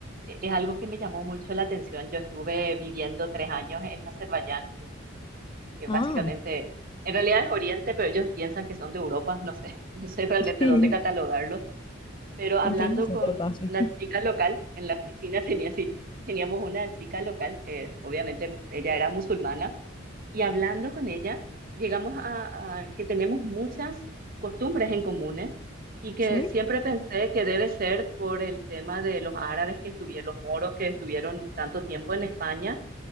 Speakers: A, on the right; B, on the left.
A: e- es algo que me llamó mucho la atención. Yo estuve viviendo tres años en Azerbaiyán, en- que
B: Ah,
A: básicamente, en realidad es Oriente, pero ellos piensan que son de Europa, no sé, <laughs> no sé realmente
B: <laughs> sí.
A: dónde catalogarlos pero hablando
B: En teoría se
A: con
B: corta, sí.
A: una chica local en la oficina, <laughs> tenía así, teníamos una chica local, eh, obviamente ella era musulmana, y hablando con ella, llegamos a, a que tenemos muchas costumbres en comunes y que
B: ¿Sí?
A: siempre pensé que debe ser por el tema de los árabes que estuvieron, los moros que estuvieron tanto tiempo en España,